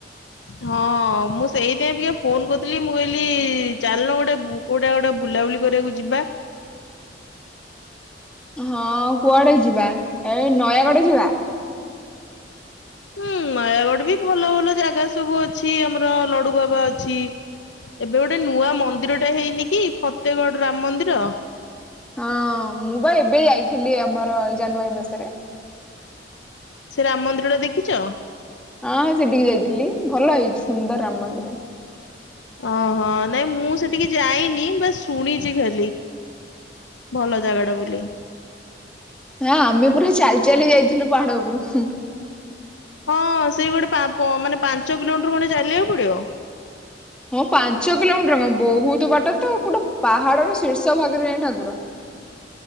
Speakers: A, on the left; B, in the centre.
A: ହଁ- ମୁଁ ସେଇଥିପାଇଁ ଟିକେ ଫୋନ କରିଥିଲି, ମୁଁ କହିଲି ଚାଲୁନୁ ଗୋଟେ ବୁ କୋଉଟା ଗୋଟା ବୁଲାବୁଲି କରିବାକୁ ଯିବା?
B: ହଁ କୁଆଡେ ଯିବା? ଏଇ ନୟାଗଡ ଯିବା।
A: ହୁଁ ନୟାଗଡ ବି ଭଲ ଭଲ ଜାଗା ସବୁ ଅଛି, ଆମର ଲଡୁବାବା ଅଛି ଏବେ ଗୋଟେ ନୂଆ ମନ୍ଦିରଟା ହେଇନି କି, ଫତେଗଡ ରାମ ମନ୍ଦିର।
B: ହଁ ମୁଁ ବା ଏବେ ଯାଇଥିଲି, ଆମର ଏଇ ଜାନୁଆରୀ ମାସରେ।
A: ସେ ରାମ ମନ୍ଦିରଟା ଦେଖିଚ?
B: ହଁ ସେଠିକି ଯାଇଥିଲି, ଭଲ ହେଇଛି ସୁନ୍ଦର ରାମ ମନ୍ଦିରରେ
A: ଓ ହୋ ନାଇଁ ମୁଁ ସେଠିକି ଯାଇନି, ବାସ୍ ଶୁଣିଛି ଖାଲି। ଭଲ ଜାଗାଟା ବୋଲି।
B: ହଁ ଆମେ ପୁରା ଚାଲି ଚାଲି ଯାଇଥିଲୁ ପାହାଡ ଉପରୁକୁ।
A: ହଁ ସେଇ ଗୋଟେ ପା ପ ମାନେ ପାଞ୍ଚ କିଲୋମିଟର ଗୋଟେ ଚାଲିବାକୁ ପଡିବ?
B: ହଁ ପାଞ୍ଚ କିଲୋମିଟର କଣ, ବହୁତ ବାଟ ତ ଗୋଟେ ପାହାଡର ଶୀର୍ଷ ଭାଗରେ ଯାଇଁ ଠାକୁର।